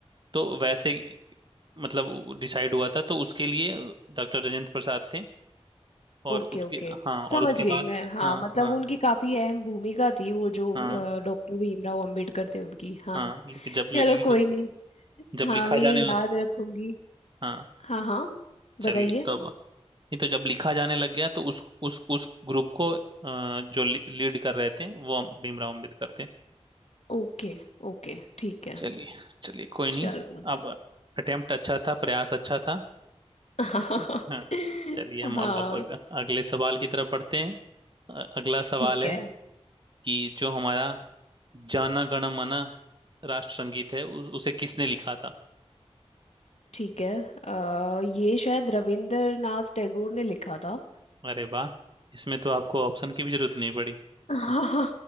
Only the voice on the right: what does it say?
तो वैसे मतलब डिसाइड हुआ था तो उसके लिए डॉक्टर राजेंद्र प्रसाद थे और
उसके
हाँ
और उसके
बाद
हाँ
हाँ
हाँ
हाँ लेकिन जब लगी
जब
लिखा
जाने
लग
हाँ
चलिए तब नहीं तो जब लिखा जाने लग गया तो उस उस उस ग्रुप को अ, जो लीड कर रहे थे वो हम भीमराव अम्बेडकर थे
चलिए चलिए कोई
नहीं अब अटेम्प्ट अच्छा था प्रयास अच्छा था
ठीक है हाँ चलिए
हम अब अब अग- अगले सवाल की तरफ बढ़ते हैं अ- अगला सवाल
है
कि जो हमारा जन गण मन राष्ट्र संगीत है उ, उसे किसने लिखा था
अरे वाह इसमें तो आपको ऑप्शन की भी जरूरत नहीं पड़ी